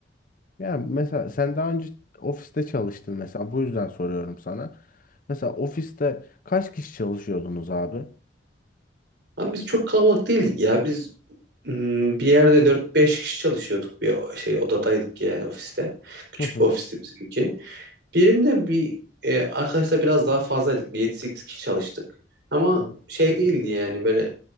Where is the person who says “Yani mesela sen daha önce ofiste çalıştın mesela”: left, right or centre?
Left